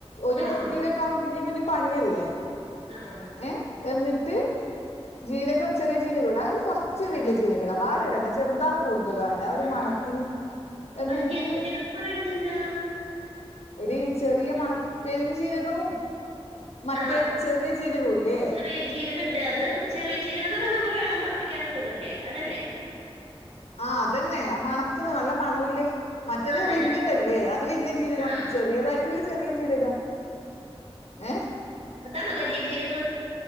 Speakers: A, on the left (about 85°); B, on the right (about 75°).
A: ഒര്,
B: ആഹ് ആഹ്
A: ഇതൊക്കെ ആവുമ്പോ പിന്നേം, പിന്നേം പണിയല്ലേ?
B: ആഹ്.
A: ഏഹ് എന്നിട്ട്, ജീരകം, ചെറിയ ജീരകം ഇടാ. അതിൽ കൊറച്ച് വല്യ
B: ആഹ്
A: ജീരകടാ. വാടിണ്ട, ചെറുതാണ് കൂടുതല് ടാ ഒരു
B: ആഹ്
A: മണത്തിന്. എന്നിട്ട്
B: വല്യ ജീരകം എന്ന് പറയണത് എന്താ?
A: എടീ, ചെറിയ മണ, പെരും ജീരകവും മറ്റേ
B: ആഹ്
A: ചെറിയ ജീരകവുംല്ലേ?
B: ചെറിയ ജീരകണ്ട്, അത് ചെറിയ ജീരകംന്ന് പറേണെ, നമ്മള് വെള്ളം തെളപ്പിക്കാനൊക്കിടൂല്ലേ! അതല്ലേ?
A: ആഹ് അതന്നെ, മണക്ക്ന്ന് നല്ല മണവുല്ലേ! മറ്റേത്
B: ആ, അതന്നെ
A: വല്യതല്ലേ? അത് വല്യ ജീരകം.
B: ആ
A: ചെറിയതായിട്ടുള്ളെ ചെറിയ ജീരകം. ഏഹ്?
B: അതാണോ വല്യ ജീരകം?